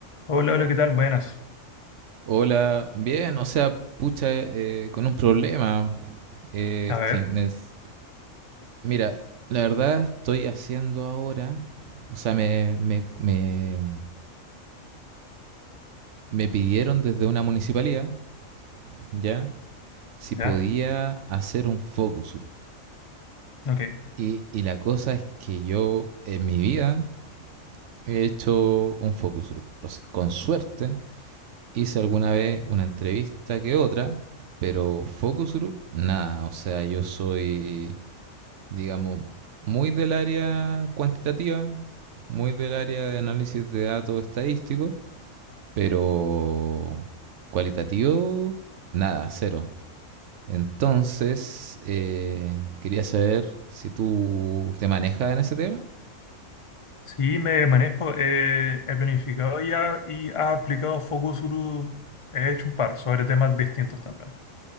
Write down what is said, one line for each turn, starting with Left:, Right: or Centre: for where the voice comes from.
Left: Hola, hola, ¿qué tal? Buenas.
Right: Hola, bien, o sea, pucha, eh, con un problema. eh,
Left: A ver,
Right: que nes- Mira, la verdad estoy haciendo ahora, o sea, me, me, me, me pidieron desde una municipalidad, ¿ya? Si
Left: ya,
Right: podía hacer un focus group.
Left: ok.
Right: Y, y la cosa es que yo en mi vida he hecho un focus group. O s- con suerte hice alguna vez una entrevista que otra, pero focus group, nada, o sea, yo soy digamos, muy del área cuantitativa, muy del área de análisis de datos estadísticos, pero cualitativo, nada, cero. Entonces, eh, quería saber si tú te manejas en ese tema.
Left: Sí, me manejo. eh, he planificado y ha, y ha aplicado Focus Group. He hecho un par sobre temas distintos también.